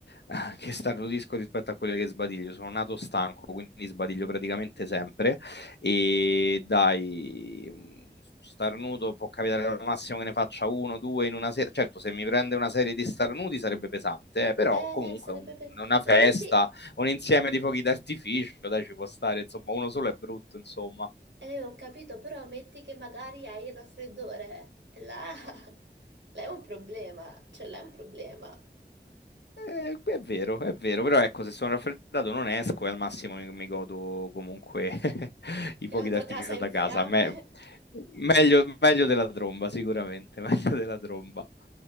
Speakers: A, on the left; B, on the right.
A: <laughs> che starno disco rispetto a quelle che sbadiglio. Sono nato stanco, quindi sbadiglio praticamente sempre. E dai, un starnuto può capitare al massimo che ne faccia uno, due in una sera. Certo, se mi prende una serie di starnuti sarebbe pesante, eh, però
B: Eh,
A: comunque
B: sarebbe...
A: un-
B: pe-
A: una festa,
B: Ma metti...
A: un insieme di fuochi d'artificio, dai, ci può stare. Insomma, uno solo è brutto, insomma.
B: Eh, ho capito, però metti che magari hai il raffreddore, e là... <laughs> là è un problema, cioè là è un problema.
A: Eh, è vero, è vero, però ecco, se sono raffreddato non esco e al massimo mi, mi godo comunque <laughs> i fuochi
B: La tua
A: d'artificio
B: casa è in
A: da casa.
B: fiamme.
A: A me- meglio, meglio della tromba, sicuramente, <laughs> meglio della tromba.